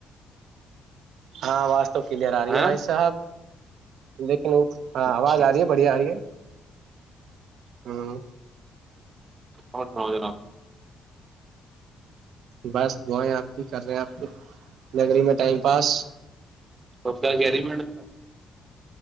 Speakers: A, on the right; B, on the right.
A: ہاں واس تو کلیئر آ رہی
B: ہاں
A: ہے بھائی صاحب ل لو ہاں
B: اچھا
A: آواز آ رہی ہے بڑھیا آ رہی ہے ہاں
B: اورہ سناؤ جناب
A: بس گیں آپ کی کر رہے ہیں آپ کی نگری میں ٹائم پاس
B: تو گری مڈاں